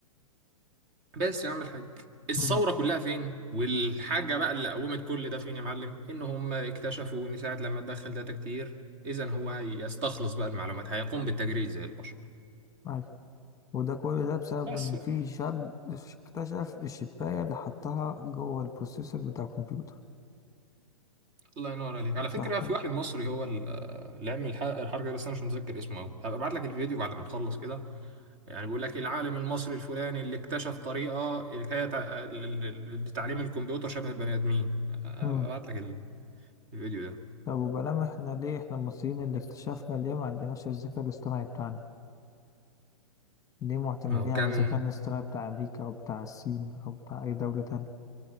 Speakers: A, on the right; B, on the left.
A: بس يا عم الحاج الثورة
B: امم
A: كلها فين والحاجة بقى اللي قومت كل ده فين يا معلم ان هم اكتشفوا ان ساعة لما تدخل داتا كتير اذا هو هيستخلص بقى المعلومات هيقوم بالتجريد زي البشر
B: ايوه وده كل ده بسبب
A: بس
B: ان
A: يا
B: في
A: عم
B: شاب اكتشف الشباية اللي حطها جوه البروسيسور بتاع الكمبيوتر
A: الله ينور عليك على
B: صح
A: فكرة في واحد مصري هو ال- اللي عمل الح- الحركة دي بس انا مش متذكر اسمه قوي هبقى ابعت لك الفيديو بعد ما نخلص كده يعني بيقول لك العالم المصري الفلاني اللي اكتشف طريقة اللي هي تع- ل- ل- لتعليم الكمبيوتر شبه البني ادمين هبقى
B: كده
A: ابعت لك ال- الفيديو ده
B: طب وبلام احنا ليه احنا المصريين اللي اكتشفنا ليه ما عندناش الذكاء الاصطناعي بتاعنا ليه معتمدين
A: ما هو
B: على
A: كان
B: الذكاء الاصطناعي بتاع امريكا او بتاع الصين او بتاع اي دولة تانية